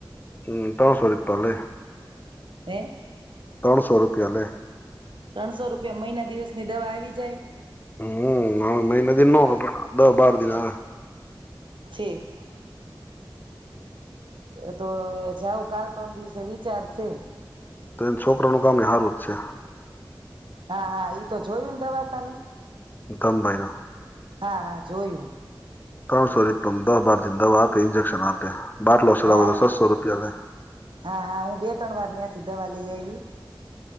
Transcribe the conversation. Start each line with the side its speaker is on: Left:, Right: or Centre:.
Left: હમ ત્રોણસો રૂપિયા લે.
Right: હે?
Left: ત્રણસો રૂપિયા લે.
Right: ત્રણસો રૂપિયા મહિના દિવસ ની દવા આવી જાય?
Left: હમ મહિના દિન પણ દસ-બાર દિન હ.
Right: ઠીક. એ તો હવે જાઉું કાલ-પરમ દિવસે વિચારશે.
Left: તો એન છોકરાનું કામય હારું જ છે.
Right: હા હા, ઈ તો જોયુંન દવાખાનું.
Left: ધમભાઈનો
Right: હા હા, જોયું.
Left: તરુ સોરી પદહ બાર જિન દવા આપે ઈન્જેક્શન આપે. બાટલો ચડાવે
Right: હા
Left: તો
Right: એ, હા
Left: છસો રૂપિયા લે
Right: હા હા, હું બે-ત્રણ વાર ન્યા થી દવા લઈ આવી.